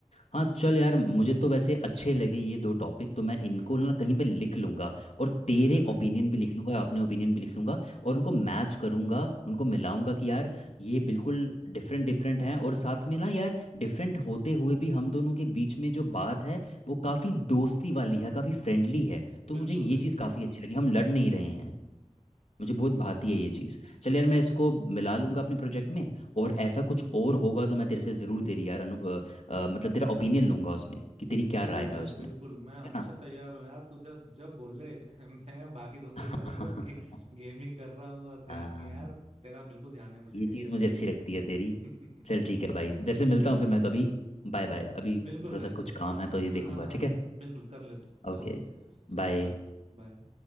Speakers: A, on the left; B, on the right.
A: हाँ चल यार
B: हम्म
A: मुझे तो वैसे अच्छे लगे ये दो टॉपिक तो मैं इनको
B: हम्म,
A: ना कहीं पे लिख लूंगा और तेरे
B: लिख ले भाई
A: ओपिनियन भी लिख लूंगा अपने ओपिनियन भी लिख लूंगा और उनको मैच करूंगा उनको मिलाऊंगा कि यार ये बिल्कुल डिफरेंट डिफरेंट हैं और साथ में ना यार डिफरेंट होते हुए भी हम दोनों के बीच में जो बात है वो काफ़ी दोस्ती वाली है काफ़ी फ्रेंडली है तो
B: बिल्कुल
A: मुझे ये
B: भाई
A: चीज़ काफ़ी अच्छी लगी हम लड़ नहीं
B: हम्म
A: रहे हैं मुझे बहुत
B: हम्म
A: भाती है ये चीज़ चल यार मैं
B: बिल्कुल
A: इसको मिला लूंगा अपने प्रोजेक्ट में और ऐसा कुछ और होगा तो मैं तेरे से ज़रूर तेरी यार अनु, अ, अ, मतलब तेरा ओपिनियन लूंगा उसमें कि तेरी क्या
B: बिल्कुल
A: राय है
B: भाई
A: उसमें
B: बिल्कुल
A: ठीक
B: मैं हमेशा
A: है ना
B: तैयार हूँ यार तू जब जब बोल ले <laughs> मैं बाकी दोस्तों
A: <laughs>
B: जैसा नहीं हूँ कि गेमिंग कर रहा हूँ और ध्यान
A: हाँ
B: नहीं है यार तेरा बिल्कुल ध्यान है मुझे
A: ये
B: टेंशन
A: चीज़
B: मत
A: मुझे अच्छी
B: ले
A: लगती है तेरी
B: <laughs>
A: चल ठीक है भाई तेरे से मिलता हूँ फिर मैं कभी बाय बाय अभी
B: बिल्कुल
A: थोड़ा
B: भाई
A: सा कुछ काम है तो ये
B: हाँ
A: देखूंगा
B: हाँ
A: ठीक है
B: बिल्कुल कर ले तू चल
A: ओके
B: मिलते हैं फिर चल
A: बाय
B: बाय बाय